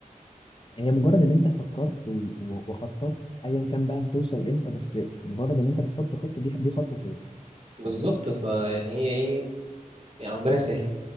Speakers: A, on the left; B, on the right.
A: هي مجرد ان انت فكرت و- و- وخططت ايا كان بقى هتوصل امتى بس مجرد ان انت بتحط خطه دي دي خطوه كويسه
B: بالظبط
A: فاهم
B: فيعني هي ايه يعني ربنا يسهلها